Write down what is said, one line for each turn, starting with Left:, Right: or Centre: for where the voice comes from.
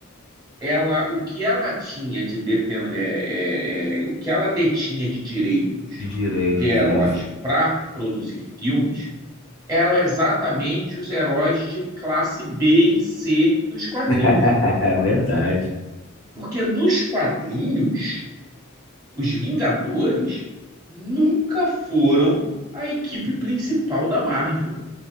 Right: ela, o que ela tinha de deten é, é, é, o que ela detinha de direitos
Left: De direitos,
Right: de heróis
Left: isso.
Right: para produzir filmes eram exatamente os heróis de classe B e C dos quadrinhos.
Left: <laughs> É verdade.
Right: Porque nos quadrinhos, os Vingadores nunca foram a equipe principal da Marvel.